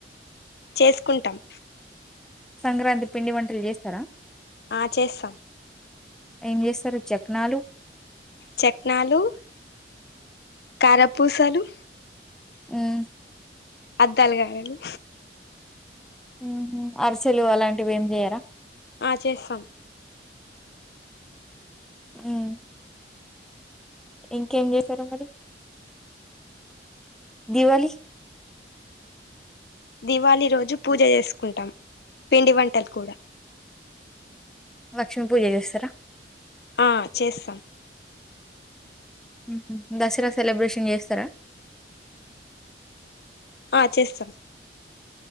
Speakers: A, on the left; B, in the centre.
A: చేసుకుంటాం
B: సంక్రాంతి పిండి వంటలు చేస్తారా
A: ఆ చేస్తాం
B: ఏం చేస్తారు చాక్నాలు
A: చ క్నాలు కారపూసలు
B: హ్మ్
A: అద్దాల గారెలు
B: మ్ హె అరిసెలు అలాంటివి ఏం చెయరా
A: ఆ చేస్తాం
B: హ్మ్ ఇంకేం చేస్తారో మరి దివళి
A: దివళి రోజు పూజ చేసుకుంటాం పిండి వంటలు కూడా
B: లక్ష్మీపూజ చేస్తారా
A: ఆ చేస్తాం
B: ఉహు దసరా సెలబ్రేషన్ చేస్తరా
A: ఆ చేస్తం